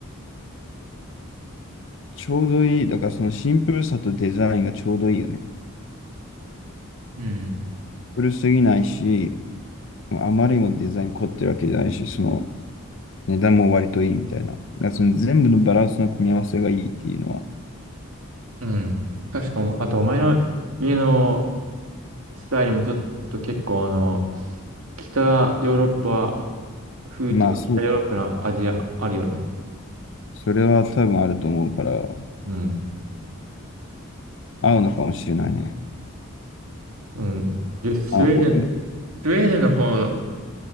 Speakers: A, on the left (about 60°); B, on the right (about 85°).
A: ちょうどいい。だからそのシンプルさとデザインがちょうどいいよね。
B: うん。
A: 古すぎないし、あまりにもデザイン凝ってるわけじゃないし、その値段も割といいみたいな。だからその全部のバランスの組み合わせがいいっていうのは、
B: うん。確かも、あとお前の家のスタイルもちょっと結構あの、北ヨーロッパ風っていうか北ヨーロッパな味あるよね。
A: まあそうそれは多分あると思うから、
B: うん。
A: 合うのかもしれないね。
B: うん。でスウェーデン、
A: あ、お
B: スウェーデンの方